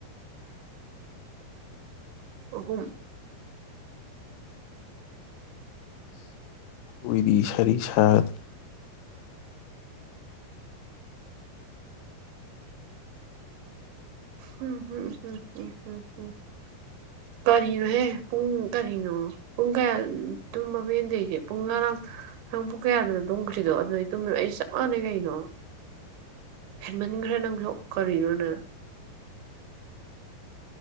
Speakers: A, on the right (about 80°); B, on the left (about 80°).
A: ꯑꯍꯨꯝ
B: ꯎꯢꯔꯤ ꯁꯔꯤ ꯁꯥꯠ
A: ꯎꯝ ꯎꯝ ꯎꯝ ꯎꯝ ꯎꯝꯝꯝ ꯎꯝ ꯎꯝ ꯎꯝ ꯀꯔꯤꯅꯣꯍꯦ ꯄꯨꯡ ꯀꯔꯤꯅꯣ ꯄꯨꯡ ꯀꯌꯥ ꯇꯨꯝꯃꯕ ꯅꯪ ꯄꯨꯡ ꯉꯔꯥꯡ ꯅꯥꯡ ꯄꯨꯡ ꯀꯌꯥꯗꯅ ꯇꯨꯝꯈ꯭ꯁꯤꯗꯣ ꯑꯗꯨꯗꯩ ꯇꯨꯝꯃꯦ ꯑꯩꯁꯨꯦ ꯆꯞ ꯃꯥꯟꯅꯩ ꯀꯩꯅꯣ ꯍꯦꯟꯃꯟꯈ꯭ꯔꯦ ꯅꯪꯁꯨ ꯀꯔꯤꯅꯣꯅ